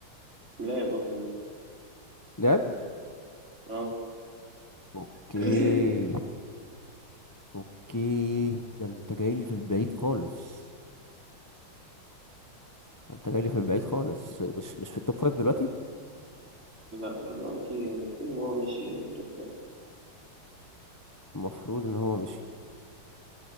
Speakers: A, on the right (about 35°); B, on the left (about 20°).
A: لا يبقى في ال-
B: لعب
A: اه
B: اوكي
A: <coughs>
B: اوكي ده انت جاي لي في البعيد خالص ده انت جاي لي في البعيد خالص مش مش في التوب 5 دلوقتي
A: لا دلوقتي المفروض إن هو مشي التوب فايف
B: المفروض ان هو مشي